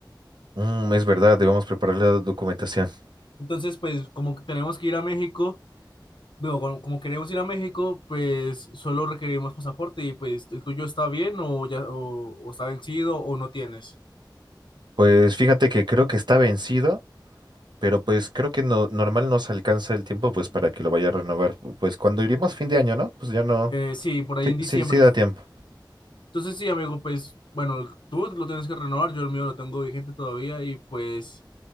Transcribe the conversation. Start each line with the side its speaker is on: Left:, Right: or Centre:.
Right: Mm, es verdad, debemos preparar la documentación.
Left: Entonces, pues como que tenemos que ir a México, bueno, como, como queremos ir a México, pues solo requerimos pasaporte y pues el tuyo está bien o ya o, o está vencido o no tienes.
Right: Pues fíjate que creo que está vencido, pero pues creo que no, normal nos alcanza el tiempo pues para que lo vaya a renovar. Pues cuando iremos fin de año, ¿no? Pues ya no.
Left: Eh, sí, por ahí
Right: Sí,
Left: en diciembre.
Right: sí, sí da tiempo.
Left: Entonces sí, amigo, pues bueno, tú lo tienes que renovar, yo el mío lo tengo vigente todavía y pues